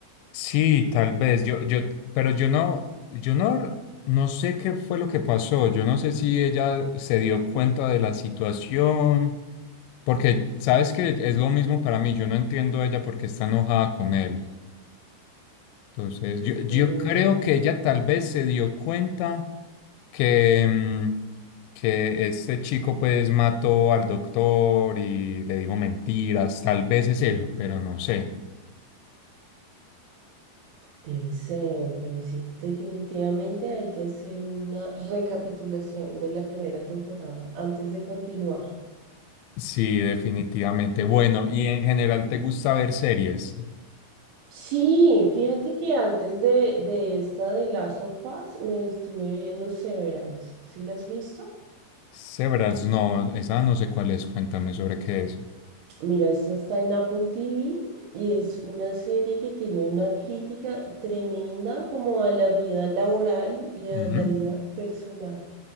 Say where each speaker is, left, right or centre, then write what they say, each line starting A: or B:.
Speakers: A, on the left (about 85°); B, on the right (about 80°).
A: Sí, tal vez. Yo, yo, pero yo no, yo no, no sé qué fue lo que pasó. Yo no sé si ella se dio cuenta de la situación Porque, ¿sabes que Es lo mismo para mí. Yo no entiendo a ella porque está enojada con él. Entonces, yo, yo
B: Mm.
A: creo que ella tal vez se dio cuenta que, mm, que este chico pues mató al doctor y le dijo mentiras. Tal vez es eso, pero no sé.
B: Debe ser, pero sí, definitivamente hay que hacer una recapitulación de la primera temporada antes de continuar.
A: Sí, definitivamente. Bueno, y en general, ¿te gusta ver series?
B: Sí, fíjate que antes de, de esta de Last of Us me estuve viendo Severance. ¿Sí la has visto?
A: Severance, no, esa no sé cuál es. Cuéntame sobre qué es.
B: Mira, esta está en Apple TV y es una serie que tiene una crítica tremenda como a la vida laboral y a
A: Ujú,
B: la vida personal.